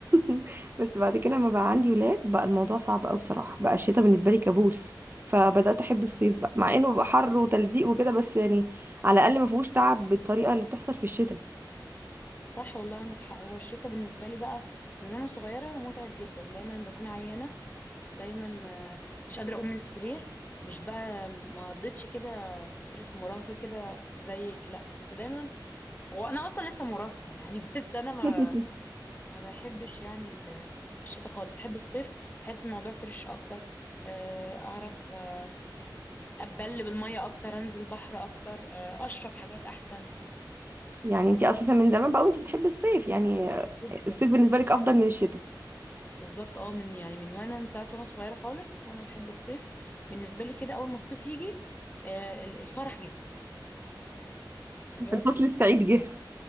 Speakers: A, on the right; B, on the left.
A: <laughs> بس بعد كده لما بقى عندي ولاد بقى الموضوع صعب قوي بصراحه بقى الشتاء بالنسبه لي كابوس فبدات احب الصيف بقى مع انه بقى حر وتلزيق وكده بس يعني على الاقل ما فيهوش تعب بالطريقه اللي بتحصل في الشتاء
B: صح والله عندك حق هو الشتاء بالنسبة لي بقى من وانا صغيرة متعب جدا دايما بكون عيانة دايما آه، مش قادرة اقوم من السرير مش بقى ما قضيتش كده فترة المراهقة كده زيك لا كنت دايما هو انا اصلا لسه مراهقة يعني <laughs> بس انا
A: <laughs>
B: ما ما بحبش يعني ال- الشتاء خالص بحب الصيف بحس الموضوع فريش اكتر آه، اعرف آه، اتبل بالميه اكتر انزل بحر اكتر آه، اشرب حاجات احسن
A: يعني انت اساسا من زمان بقى وانت بتحبي الصيف يعني
B: جدا
A: الصيف بالنسبه لك افضل من الشتاء
B: بالظبط اه من يعني من وانا من ساعه وانا صغيره خالص وانا بحب الصيف بالنسبه لي كده اول ما الصيف يجي آه، ال- الفرح جه بجد
A: الفصل
B: يعني
A: السعيد جه